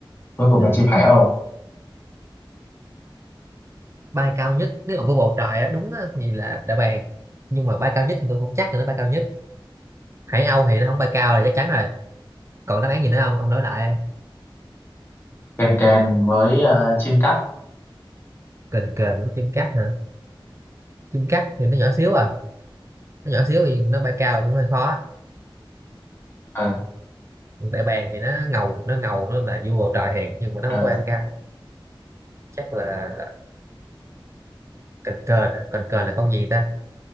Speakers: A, on the left; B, on the right.
A: cuối cùng
B: ừ.
A: là chim hải âu
B: bay cao nhất nếu mà vô bầu trời á, đúng á, thì là đã bàn nhưng mà bay cao nhất thì tôi không chắc là nó bay cao nhất hải âu thì nó không bay cao là chắc chắn rồi còn đáp án gì nữa không ông nói lại
A: kền kền với à, chim cát
B: kền kền với chim cắt hả chim cắt thì nó nhỏ xíu à nó nhỏ xíu thì nó bay cao cũng hơi khó
A: Ừ,
B: Còn đại bàng thì nó ngầu nó ngầu nó là vua bầu trời thiệt nhưng mà nó không
A: ờ
B: có bay cao chắc là kền kền á. kền kền là con gì ta